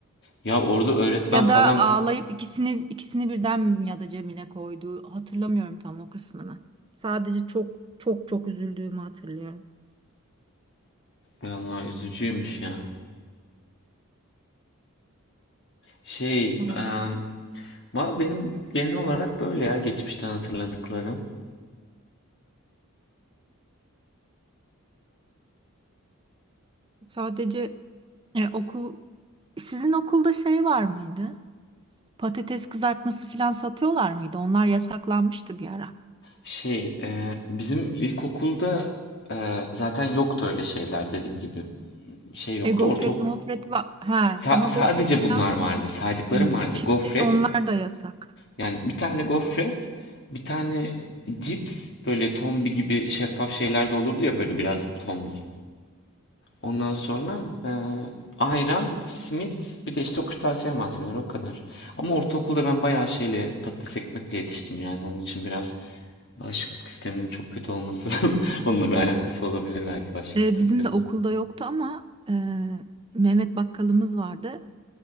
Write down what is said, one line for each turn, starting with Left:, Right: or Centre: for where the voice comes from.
Left: Ya orada öğretmen
Right: Ya
Left: falan
Right: da ağlayıp ikisini ikisini birden mi ya da cebine koydu. Hatırlamıyorum tam o kısmını. Sadece çok çok çok üzüldüğümü hatırlıyorum.
Left: vallahi üzücüymüş ya. Şey,
Right: Maalesef.
Left: e, valla benim genel olarak böyle ya geçmişten hatırladıklarım.
Right: Sadece e, okul sizin okulda şey var mıydı? Patates kızartması falan satıyorlar mıydı? Onlar yasaklanmıştı bir ara.
Left: Şey, e, bizim ilkokulda e, zaten yoktu öyle şeyler dediğim gibi. şey yoktu.
Right: E gofret
Left: Ortaok
Right: mofret var. Ha
Left: sa-
Right: ama
Left: sadece
Right: gofret falan
Left: bunlar vardı. Saydıklarım
Right: Hmm.
Left: vardı.
Right: şimdi
Left: Gofret.
Right: onlar da yasak.
Left: Yani bir tane gofret, bir tane cips böyle tombi gibi şeffaf şeyler de olurdu ya böyle biraz tombul. Ondan sonra e, ayran, simit bir de işte o kırtasiye malzemeleri o kadar. Ama ortaokulda ben bayağı şeyle patates ekmekle yetiştim yani onun için biraz bağışıklık sistemin çok kötü olması <laughs> onunla bir alakası olabilir belki bağışıklık
Right: E,
Left: sistemi
Right: bizim
Left: kötü.
Right: de okulda yoktu ama e, Mehmet bakkalımız vardı.